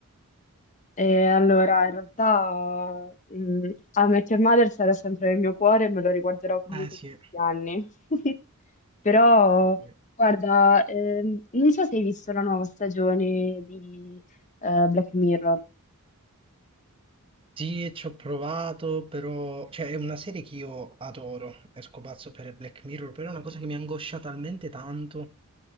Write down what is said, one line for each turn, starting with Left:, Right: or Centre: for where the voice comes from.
Left: E allora, in realtà, mh, a Met Your Mother sarà sempre nel mio cuore e me lo riguarderò comunque
Right: Eh sì,
Left: tutti gli anni. <laughs> Però,
Right: sì, sì.
Left: guarda, ehm, non so se hai visto la nuova stagione di eh, Black Mirror.
Right: Sì, e ci ho provato, però... Cioè, è una serie che io adoro, esco pazzo per Black Mirror, però è una cosa che mi angoscia talmente tanto